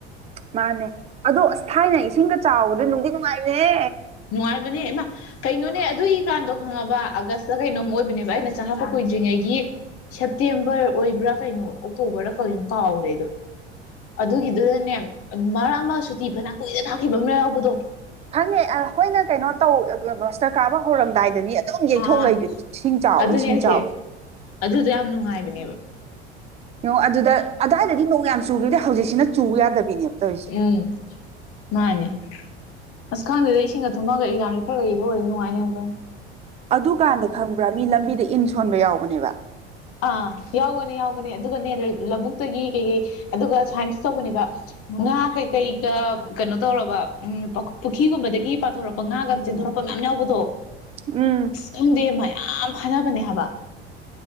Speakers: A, on the right; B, on the left.
A: ꯃꯥꯅꯦ ꯑꯗꯣ ꯑꯁ ꯊꯥꯏꯅ ꯏꯁꯤꯡꯒ ꯆꯥꯎꯕꯗꯣ ꯅꯨꯡꯗꯤ ꯅꯨꯡꯉꯥꯏꯕꯅꯦ ꯍꯦ
B: ꯅꯨꯡꯉꯥꯏꯕꯅꯦ ꯏꯃ ꯀꯩꯅꯣꯅꯦ ꯑꯗꯨꯏꯀꯥꯟꯗꯣ ꯍꯪꯉꯕ ꯑꯥꯒꯁꯇ ꯀꯩꯅꯣꯝ ꯑꯣꯏꯕꯅꯦꯕ ꯑꯩꯅ ꯆꯪꯉꯛꯄ ꯀꯨꯏꯗ꯭ꯔꯤꯉꯩꯒꯤ ꯁꯦꯞꯇꯦꯝꯕꯔ ꯑꯣꯏꯕ꯭ꯔꯥ ꯀꯩꯅꯣ ꯑꯣꯛꯇꯣꯕꯔ ꯀꯧꯅꯣ ꯀꯥꯎ꯭ꯔꯦ ꯑꯩꯗꯣ ꯑꯗꯨꯒꯤꯗꯨꯗꯅꯦ ꯃꯔꯥ ꯑꯃ ꯁꯨꯇꯤ ꯐꯅ ꯀꯨꯏꯅ ꯊꯥꯈꯤꯕ ꯑꯃꯅ ꯌꯥꯎꯕꯗꯣ
A: ꯈꯪꯉꯦ ꯑꯩꯈꯣꯏꯅ ꯀꯩꯅꯣ ꯇꯧꯁꯔ ꯀꯥꯕ ꯍꯧꯔꯝꯗꯥꯏꯗꯅꯤ- ꯈꯤꯇꯪ ꯌꯩꯊꯣꯛ
B: ꯑꯥ
A: ꯂꯩꯗꯨꯗꯤ ꯁꯤꯡ ꯆꯥꯎꯋꯤ
B: ꯑꯗꯨꯅꯦ
A: ꯁꯤꯡ
B: ꯍꯥꯏꯁꯦ
A: ꯆꯥꯎꯋꯤ
B: ꯑꯗꯨꯗꯣ ꯌꯥꯝ ꯅꯨꯡꯉꯥꯏꯕꯅꯦꯕ
A: ꯌꯦꯡꯉꯣ ꯑꯗꯨꯗ ꯑꯗꯨꯋꯥꯏꯗꯗꯤ ꯅꯣꯡ ꯌꯥꯝ ꯆꯨꯗꯗꯤ ꯍꯧꯖꯤꯛꯁꯤꯅ ꯆꯨ ꯌꯥꯗꯕꯤꯅꯦꯕ ꯇꯧꯔꯤꯁꯦ
B: ꯎꯨꯝ ꯃꯥꯅꯦ ꯑꯁ ꯈꯪꯗꯨꯗ ꯏꯁꯤꯡꯒ ꯊꯨꯝꯃꯒ ꯏꯒꯥꯡꯁ ꯈꯔꯒꯒꯤꯗꯔꯗꯤ ꯅꯨꯡꯉꯥꯏꯅꯤ ꯑꯃꯨꯛ
A: ꯑꯗꯨꯀꯥꯟꯗ ꯈꯪꯕ꯭ꯔꯥ ꯃꯤ ꯂꯝꯕꯤꯗ ꯏꯟ ꯁꯣꯟꯕ ꯌꯥꯎꯕꯅꯦꯕ
B: ꯑꯥ ꯌꯥꯎꯒꯅꯦ ꯌꯥꯎꯒꯅꯦ ꯑꯗꯨꯒꯅꯦ ꯂꯧꯕꯨꯛꯇꯒꯤ ꯀꯩ ꯀꯩ ꯑꯗꯨꯒ ꯁꯥꯏꯟꯁ ꯇꯧꯕꯅꯦꯕ ꯉꯥ ꯀꯩꯀꯩꯗ ꯀꯩꯅꯣ ꯇꯧꯔꯕ ꯎꯝ ꯄꯨꯈ꯭ꯔꯤꯒꯨꯝꯕꯗꯒꯤ ꯆꯊꯣꯔꯛꯄ ꯉꯥꯒ ꯆꯦꯟꯊꯣꯔꯛꯄ ꯃꯌꯥꯝ ꯌꯥꯎꯕꯗꯣ
A: ꯎꯨꯝ
B: ꯇꯨꯝꯗꯦ ꯃꯌꯥꯝ ꯐꯅꯕꯅꯦ ꯍꯥꯏꯕ